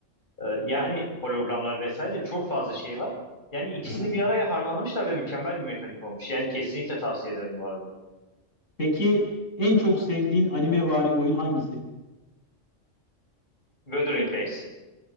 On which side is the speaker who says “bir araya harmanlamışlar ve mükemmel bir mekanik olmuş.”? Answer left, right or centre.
Left